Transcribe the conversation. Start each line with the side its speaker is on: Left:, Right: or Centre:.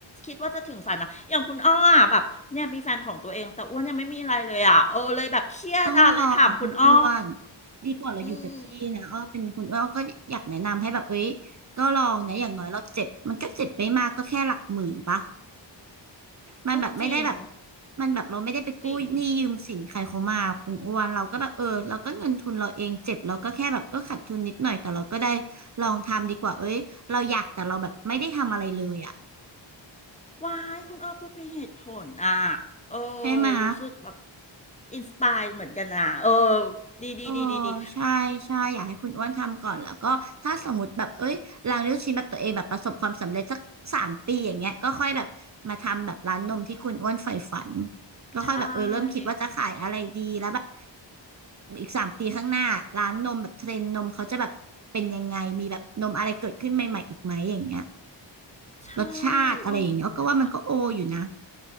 Left: คิดว่าจะถึงฝันมาอย่างคุณอ้ออะแบบเนี่ยมีแฟนของตัวเองแต่อ้วนยังไม่มีอะไรเลยอ่ะเออเลยแบบเครียดอะเลยถามคุณอ้อ
Right: ต้องลองคุณอ้วนดีกว่าเราอยู่กับที่นะอ้อเป็นคุณอ้วนก็อยากแนะนำให้แบบเอ้ย
Left: อืม
Right: ก็ลองนะอย่างน้อยเราเจ็บมันก็เจ็บไม่มากก็แค่หลักหมื่นปะ มันแบบไม่ได้แบบ
Left: ก็จริง
Right: มันแบบเราไม่ได้ไปกู้หนี้ยืมสินใครเขามาคุณอ้วนเราก็แบบเออเราก็เงินทุนเราเองเจ็บเราก็แค่แบบเออขาดทุนนิดหน่อยแต่เราก็ได้
Left: ก็จริง
Right: ลองทำดีกว่าเอ้ยเราอยากแต่เราแบบไม่ได้ทำอะไรเลยอ่ะ
Left: ว้ายคุณอ้อพูดมีเหตุผลอ่ะเออ
Right: ใช่ไหมะ
Left: รู้สึกแบบอินสปายเหมือนกันนะเออดีดีดีดีดี
Right: เออใช่ใช่อยากให้คุณอ้วนทำก่อนแล้วก็ถ้าสมมติแบบเอ้ยร้านลูกชิ้นแบบตัวเองแบบประสบความสำเร็จสักสามปีอย่างเงี้ยก็ค่อยแบบมาทำแบบร้านนมที่คุณอ้วนใฝ่ฝันก็ค่อยแบบเออเริ่มคิดว่าจะขายอะไรดีแล้วแบบ
Left: ใช่
Right: อีกสามปีข้างหน้าร้านนมแบบเทรนด์นมเขาจะแบบเป็นยังไงมีแบบนมอะไรเกิดขึ้นใหม่ๆอีกไหมอย่างเงี้ย
Left: ใช่
Right: รสชาติอะไรอย่างเงี้ยก็ว่ามันก็โออยู่นะ
Left: อ้วันก็แผนว่า